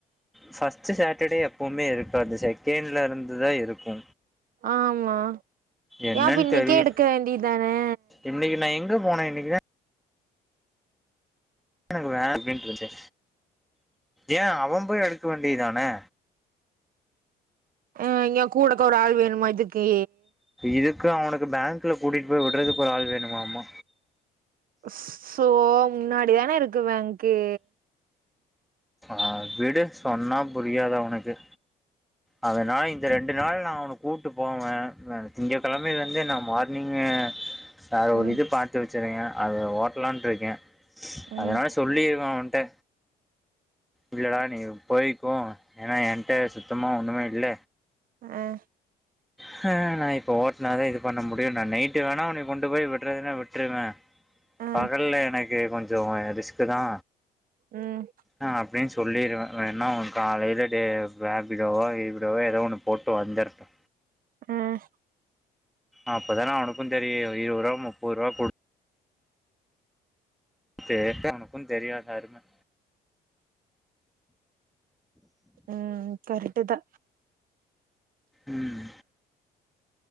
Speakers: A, in the centre; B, on the right.
A: ஃபஸ்ட் சாட்டர்டே எப்பவுமே இருக்காது செகண்ட்ல இருந்துதா இருக்கு
B: ஆமா
A: என்னன்னு
B: ஏ இப் இன்னைக்கே
A: தெரியு
B: எடுக்க வேண்டியதானே
A: இன்னைக்கு நா எங்க போனே இன்னைக்குதா எனக்குவே அப்டின்ட்டு இருக்கு ஏ அவ போய் எடுக்க வேண்டிய தானே
B: அ கூடக்க ஒரு ஆள் வேணுமா இதுக்கு
A: இதுக்கு அவனுக்கு பேங்க்ல கூட்டிட்டு போய் விட்றதுக்கு ஒரு ஆள் வேணுமாம்மா
B: ஸ்சோ முன்னாடி தானே இருக்கு பேங்க்கு
A: அ விடு சொன்னா புரியாது அவனுக்கு அந்த நாய் இந்த ரெண்டு நாள் நா அவன கூட்டு போவே திங்க கெழமைய்ல இருந்து நா மா நீங்க அது ஒரு
B: ம்
A: இது பாத்து வச்சுறூக்கே அது ஓட்டலானு இருக்கே அதனால
B: ம்
A: சொல்லிருவே அவன்ட்ட இல்லடா நீ போய்கோ ஏன்னா என்கிட்ட சுத்தமா ஒன்னுமே இல்ல
B: அ
A: ஹ நா இப்ப ஓட்னாதா இது பண்ண முடியு நா நைட்டு வேணா உன்னய கொண்டு போய் விடுறதுன்னா விட்டுருவே
B: ஆ
A: பகல்ல எனக்கு கொஞ்சோ ரிஸ்க்குதா
B: ம்
A: ஆ அப்டின் சொல்லிருவே வேன்னா அவ காலையில டே ரேபிடோவோ கீபிடோவோ எதோ ஒண்ணு போட்டு வந்துரட்டு
B: ம்
A: அப்பதான அவனுக்கு தெரியு இருவருவா முப்பருவா குடு கேட்டா எனக்கு தெரியு அந்த அரும
B: ம் கர்ட்டுதா
A: ம்